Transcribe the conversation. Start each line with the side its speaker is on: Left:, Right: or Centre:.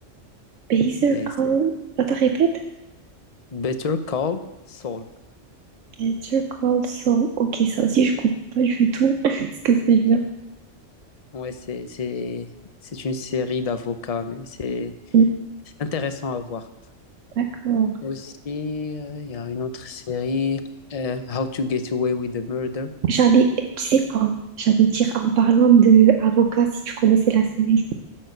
Right: Baser
Left: C'est
Right: Call...
Left: c'est-
Right: Attends, répète.
Left: Better Call Saul.
Right: Baser Call Saul. Ok, ça aussi, je connais pas du tout. <laughs> Est-ce que c'est bien?
Left: Ouais, c'est c'est- c'est une série d'avocats, mais c'est
Right: Oui,
Left: c'est intéressant à voir.
Right: D'accord.
Left: Aussi, euh, il y a une autre série, euh, How to Get Away with the Murder.
Right: J'allais... Tu sais quoi? J'allais dire en parlant de Avocat, si tu connaissais la série.